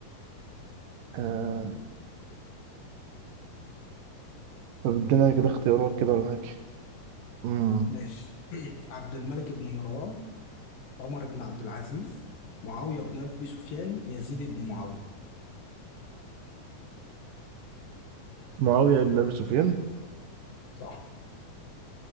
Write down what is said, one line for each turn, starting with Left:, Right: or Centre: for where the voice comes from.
Right: آه. طب ادينا كده اختيارات كده ولا حاجة مم.
Left: ماشي <clears throat> عبد الملك بن مروان عمر بن عبد العزيز معاوية بن أبي سفيان يزيد بن معاوية
Right: معاوية بن أبي سفيان
Left: صح